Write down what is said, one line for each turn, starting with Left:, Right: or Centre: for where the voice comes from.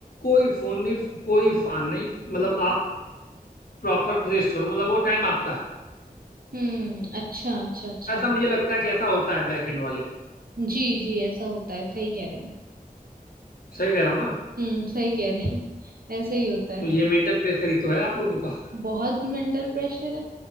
Left: कोई फोन नहीं कोई फान नहीं मतलब आप प्रॉपर रेस्ट करो मतलब वो टाइम आपका है
Right: हम्म अच्छा अच्छा अच्छा
Left: ऐसा मुझे लगता है कि ऐसा होता है बैकएंड वाले में
Right: जी जी ऐसा होता है सही कह रहे हैं
Left: सही कह रहा हूँ ना
Right: हम्म सही कह रहे हैं ऐसा ही होता है
Left: तो ये मेंटल प्रेशर ही तो है आप लोगों का
Right: बहुत मेंटल प्रेशर